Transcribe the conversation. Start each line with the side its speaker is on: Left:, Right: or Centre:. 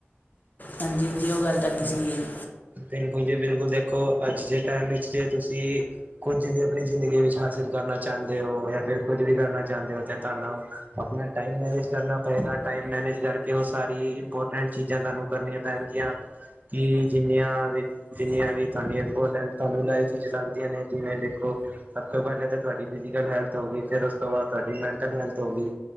Left: ਹਾਂਜੀ ਹਾਂਜੀ, ਉਹ ਗੱਲ ਤੁਆਡੀ ਸਹੀ ਐ ਜੀ।
Right: ਬਿਲਕੁਲ ਜੀ, ਬਿਲਕੁਲ ਦੇਖੋ, ਅੱਜ ਦੇ ਟਾਈਮ ਵਿੱਚ ਜੇ ਤੁਸੀਂ ਕੁੱਝ ਵੀ ਆਪਣੀ ਜ਼ਿੰਦਗੀ ਵਿੱਚ ਹਾਸਿਲ ਕਰਨਾ ਚਾਹੁੰਦੇ ਹੋ, ਜਾਂ ਫਿਰ ਕੁੱਝ ਵੀ ਕਰਨਾ ਚਾਹੁੰਦੇ ਹੋ ਤੇ ਤੁਹਾਨੂੰ ਆਪਣਾ ਟਾਈਮ ਮੈਨੇਜ ਕਰਨਾ ਪਏਗਾ, ਟਾਈਮ ਮੈਨੇਜ ਕਰਕੇ ਤੇ ਉਹ ਸਾਰੀ ਇੰਪੋਰਟੈਂਟ ਚੀਜ਼ਾਂ ਤੁਹਾਨੂੰ ਕਰਨੀਆਂ ਪੈਣਗੀਆਂ। ਕਿ ਜਿੰਨੀਆਂ ਵੀ ਜਿੰਨੀਆਂ ਵੀ ਤੁਹਾਡੀਆਂ ਇੰਪੋਰਟੈਂਟ ਤੁਹਾਨੂੰ ਲਾਈਫ ਵਿੱਚ ਲੱਗਦੀਆਂ ਨੇਂ ਜਿਵੇਂ ਦੇਖੋ, ਸਭ ਤੋਂ ਪਹਿਲਾਂ ਤਾਂ ਤੁਹਾਡੀ ਫ਼ਿਜ਼ੀਕਲ ਹੈਲਥ। ਹੋਗੀ, ਫਿਰ ਉਸ ਤੋਂ ਬਾਅਦ ਤੁਹਾਡੀ ਮੈਂਟਲ ਹੈਲਥ ਹੋ ਗਈ।